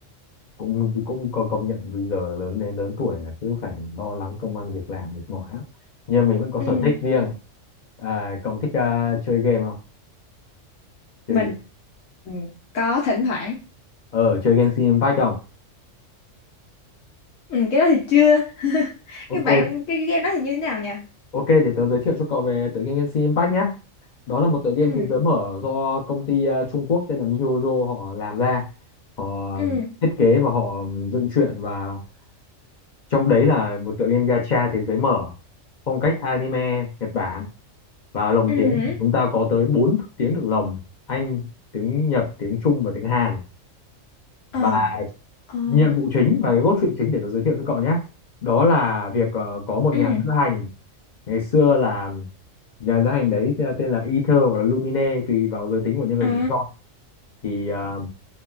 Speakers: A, on the left (about 50°); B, on the left (about 75°).
A: cũng cũng có công nhận bây giờ lớn đến lớn tuổi là cứ phải lo lắng công ăn việc làm mệt mỏi lắm. Nhưng mình vẫn có
B: Ừ,
A: sở thích riêng. À, cậu thích à, chơi game không? Chơi
B: mình
A: game.
B: ừ, có thỉnh thoảng.
A: Ờ, chơi Genshin Impact không?
B: Ừ, cái đó thì chưa. <laughs>
A: Ok,
B: Cái bạn cái, cái game đó thì như thế nào nhỉ?
A: ok để tớ giới thiệu cho cậu về tựa game Genshin Impact nhé. Đó là một tựa game
B: Ừ,
A: thế giới mở do công ty à, Trung Quốc tên là MiHoYo họ làm ra. Họ
B: ừ,
A: thiết kế và họ dựng truyện và trong đấy là một tựa game gacha thế giới mở phong cách anime Nhật Bản và lồng
B: ừ.
A: tiếng
B: ừ,
A: thì chúng ta có tới 4 tiếng được lồng Anh tiếng Nhật tiếng Trung và tiếng Hàn và
B: Ờ, ờ,
A: nhiệm vụ chính và cái cốt truyện chính để tôi giới thiệu cho cậu nhé đó là việc ờ, có một
B: ừ.
A: nhà lữ hành ngày xưa là nhà lữ hành đấy ờ, tên là Ether hoặc là Lumine tùy vào giới tính của nhân vật
B: À.
A: mình chọn thì ờ,